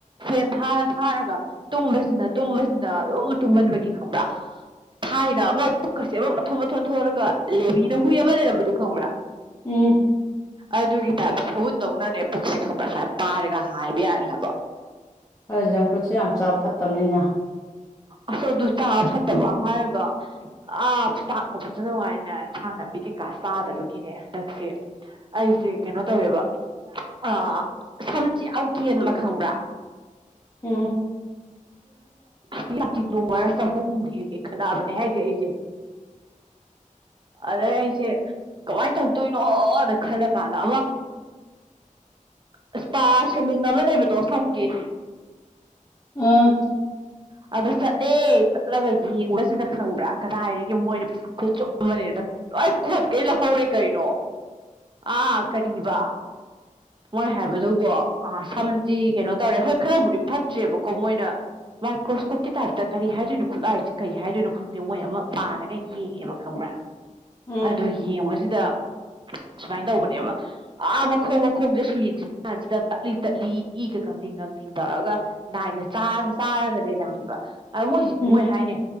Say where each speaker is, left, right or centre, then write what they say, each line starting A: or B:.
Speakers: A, on the right; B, on the left.
A: ꯐꯦꯟ ꯊꯥꯔ ꯊꯥꯔꯒ ꯇꯨꯝꯕꯁꯤꯅ ꯇꯨꯝꯕꯁꯤꯅ ꯑꯗꯨꯝ ꯇꯨꯝꯃꯟꯕꯒꯤ ꯈꯪꯕ꯭ꯔꯥ ꯊꯥꯏꯅ ꯑꯃ ꯄꯨꯛꯀꯁꯦ ꯑꯃ ꯃꯊꯣꯟ ꯃꯊꯣꯟ ꯊꯣꯜꯂꯒ ꯂꯦꯕꯤꯅ ꯍꯨꯏ ꯑꯃ ꯂꯩꯔꯝꯕꯗꯨ ꯈꯪꯕ꯭ꯔꯥ
B: ꯎꯝ
A: ꯑꯗꯨꯒꯤ ꯇꯥꯏꯞꯇ ꯁꯥꯎꯟꯗꯧꯅꯅꯦ ꯄꯨꯛꯁꯤ ꯈꯪꯕ꯭ꯔ ꯁꯨꯃꯥꯏ ꯄꯥꯏꯔꯒ ꯍꯥꯏꯕ ꯌꯥꯔꯦ ꯍꯥꯏꯕ
B: ꯍꯣꯏ ꯖꯪꯐꯨꯠꯁꯦ ꯌꯥꯝꯅ ꯆꯥꯕ ꯐꯠꯇꯃꯤꯅꯦ
A: ꯑꯁ ꯑꯗꯨ ꯆꯥꯕ ꯐꯠꯇꯕ ꯍꯥꯏꯔꯒ ꯑꯥ ꯆꯥꯛ ꯐꯖ ꯅꯨꯡꯉꯥꯏꯅ ꯏꯟꯁꯥꯡ ꯅꯥꯄꯤ ꯀꯩꯀꯥ ꯆꯥꯗꯕꯒꯤꯅꯦ ꯍꯟꯗꯛꯁꯦ ꯑꯩꯖꯦ ꯀꯩꯅꯣ ꯇꯧꯋꯦꯕ ꯑ ꯁꯝꯖꯤ ꯌꯥꯝ ꯀꯦꯟꯕ ꯈꯪꯕ꯭ꯔꯥ
B: ꯑꯝ
A: ꯀꯦꯟꯕꯖꯤꯗ <unintelligible> ꯋꯥꯏꯔ ꯆꯍꯨꯝ ꯍꯦꯛꯀꯦ ꯈꯜꯂꯛꯑꯕꯅꯦ ꯍꯥꯏꯖꯦ ꯑꯩꯖꯦ ꯑꯗꯩ ꯑꯩꯖꯦ ꯀꯃꯥꯏ ꯇꯧꯗꯣꯏꯅꯣꯗ ꯈꯜꯂꯀꯥꯟꯗ ꯑꯃ ꯑꯁꯄꯥ ꯁꯦꯂꯨꯟ ꯑꯃ ꯂꯩꯕꯗꯣ ꯁꯝꯒꯤ
B: ꯑꯥ
A: ꯑꯗ ꯆꯠꯂꯦ ꯆꯠꯂꯒ ꯌꯦꯡꯕꯖꯤꯗ ꯈꯪꯕ꯭ꯔꯥ ꯀꯗꯥꯏꯗꯒꯤ ꯃꯣꯏꯅ ꯄꯩꯁꯥ ꯈꯨꯠꯆꯨꯞ ꯑꯃꯅꯦꯗ ꯂꯣꯏ ꯀꯣꯠꯀꯩ ꯂꯧꯍꯧꯔꯦ ꯀꯩꯅꯦ ꯑꯥ ꯀꯩ ꯔꯤꯕ ꯃꯣꯏ ꯍꯥꯏꯕꯗꯨꯕꯣ ꯑꯥ ꯁꯝꯖꯤ ꯀꯩꯅꯣ ꯇꯧꯔꯦ ꯍꯣꯏ ꯈꯔꯕꯨꯗꯤ ꯐꯠꯇ꯭ꯔꯦꯕꯀꯣ ꯃꯣꯏꯅ ꯀ꯭ꯔꯣꯁꯀꯣꯛꯀꯤ ꯇꯥꯏꯞꯇ ꯀꯔꯤ ꯍꯥꯏꯗꯣꯏꯅꯣ ꯈꯨꯠꯂꯥꯏꯁꯤ ꯀꯔꯤ ꯍꯥꯏꯗꯣꯏꯅꯣ ꯈꯪꯗꯦ ꯃꯣꯏ ꯑꯃ ꯄꯥꯔꯒ ꯌꯦꯡꯉꯦꯕ ꯈꯪꯕ꯭ꯔꯥ
B: ꯎꯝ
A: ꯑꯗꯨ ꯌꯦꯡꯕꯖꯤꯗ
B: <inaudible>
A: ꯁꯨꯃꯥꯏꯅ ꯇꯧꯕꯅꯦꯕ ꯑꯥ ꯃꯈꯣꯡ ꯃꯈꯣꯡꯁꯦ ꯁꯨꯝ ꯌꯦꯡꯁꯤꯜꯂ ꯀꯥꯟꯁꯤꯗ ꯇꯠꯂꯤ ꯇꯠꯂꯤ ꯏꯒ ꯀꯪꯂꯤ ꯀꯪꯂꯤ ꯇꯧꯔꯒ ꯅꯥꯏꯅ ꯆꯥꯔꯒꯅꯦ ꯝꯕ ꯑꯗ ꯃꯣꯏꯁꯤ
B: ꯎꯝ
A: ꯃꯣꯏ ꯍꯥꯏꯅꯦ